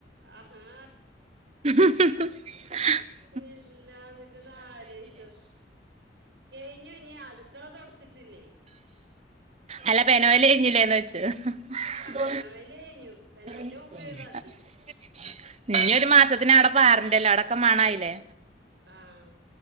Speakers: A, on the right (about 70°); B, on the right (about 35°).
A: അഹാ
B: ഹു ഹു ഹും ഹെ
A: ഇല്ലാന്ന് ഇജ്ജ് ഒന്ന് ആലോയി ച്ചോക്ക് കയിഞ്ഞുയിഞ്ഞി അടുക്കള തുടച്ചിട്ടില്ലേയ്
B: അല്ല പെനോയില് കഴിഞ്ഞിലേന്നൊ ച്. ഹ്
A: ആ
B: ഹ്
A: പെനോയില് കഴിഞ്ഞു പെനോലിന്റെ
B: <inaudible>
A: കുപ്പി ഒഴിവാക്കി
B: ഇഞ്ഞിയൊരു മാസത്തിന് ആടെ പാരണ്ടല്ലോ അവിടൊടൊക്കെ മണായില്ലേ.
A: അ ആ